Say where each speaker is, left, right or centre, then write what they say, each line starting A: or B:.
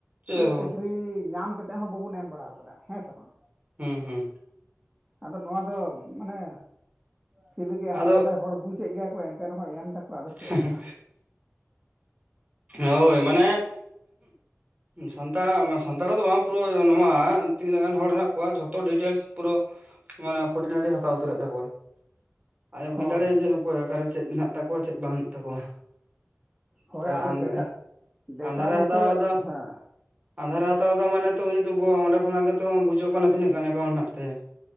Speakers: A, on the right (about 30°); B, on the right (about 15°).
A: ᱪᱮᱫ
B: ᱥᱮ
A: ᱦᱚᱸ
B: ᱪᱟᱹᱠᱨᱤ
A: ᱵᱟᱝ
B: ᱧᱟᱢ ᱠᱟᱛᱮᱜ ᱦᱚᱸ ᱵᱟᱵᱩᱱ ᱮᱢ ᱵᱟᱲᱟᱣ ᱠᱟᱫᱟ ᱦᱮᱸ ᱥᱮ ᱵᱟᱝ
A: ᱦᱩᱸ-ᱦᱩᱸ
B: ᱟᱫᱚ ᱱᱚᱣᱟ ᱫᱚ ᱢᱟᱱᱮ ᱪᱮᱫ ᱞᱟᱹᱜᱤᱫ ᱦᱟᱛᱟᱣ
A: ᱟᱫᱚ
B: ᱫᱟᱭ ᱦᱚᱲ ᱵᱩᱡ ᱵᱩᱪᱮᱫ ᱜᱮᱭᱟ ᱠᱚ ᱮᱱᱛᱮ ᱨᱮᱦᱚᱸ ᱮᱢ ᱫᱟᱠᱚ ᱟᱫᱚ ᱪᱮᱫ
A: ᱦᱮᱸᱻᱦᱮᱸ
B: ᱮᱢ ᱢᱮᱱᱟ
A: ᱦᱳᱭ ᱢᱟᱱᱮ ᱥᱟᱱᱛᱟᱲ ᱢᱟ ᱥᱟᱱᱛᱟᱲᱟᱜ ᱫᱚ ᱵᱟᱝ ᱯᱩᱨᱟᱹ ᱱᱚᱜ-ᱚ ᱱᱚᱣᱟ ᱛᱤᱱᱟᱹᱜ ᱜᱟᱱ ᱦᱚᱲ ᱦᱮᱱᱟᱜ ᱠᱚᱣᱟ ᱡᱷᱚᱛᱚ ᱰᱤᱴᱮᱞᱥ ᱯᱩᱨᱟᱹ ᱢᱟᱱᱮ ᱯᱷᱩᱴᱤᱱᱟᱴᱤ ᱦᱟᱛᱟᱣ ᱩᱛᱟᱹᱨᱮᱫ ᱛᱟᱠᱚᱣᱟᱭ ᱟᱡ ᱮ ᱵᱩᱡᱽ
B: ᱦᱳᱭ
A: ᱫᱟᱲᱮᱭᱟᱜ-ᱟ ᱡᱮ ᱚᱠᱚᱭ ᱚᱠᱟᱨᱮ ᱪᱮᱫ ᱦᱮᱱᱟᱜ ᱛᱟᱣᱟ ᱪᱮᱫ ᱵᱟᱱᱩᱜ ᱛᱟᱠᱚᱣᱟ᱾
B: ᱦᱳᱭ
A: ᱟᱨ ᱟᱢ ᱱᱚᱜ-ᱚᱭ
B: ᱰᱮᱴᱟ ᱰᱮᱴᱟ
A: ᱟᱸᱫᱷᱟᱨᱮ
B: ᱱᱤᱛᱚᱜ
A: ᱦᱟᱛᱟᱣᱫᱟ
B: ᱦᱮᱸ
A: ᱟᱸᱫᱷᱟᱨᱮ ᱦᱟᱛᱟᱣ ᱮᱫᱟ ᱢᱟᱱᱮ ᱛᱚ ᱩᱱᱤᱛᱚ ᱚᱸᱰᱮ ᱠᱷᱚᱱᱟᱜ ᱜᱮᱛᱚ ᱵᱩᱡᱚᱜ ᱠᱟᱱᱟ ᱛᱤᱱᱟᱹᱜ ᱜᱟᱱ ᱮᱠᱟᱭᱩᱱᱴ ᱢᱮᱱᱟᱜ ᱛᱟᱭᱟ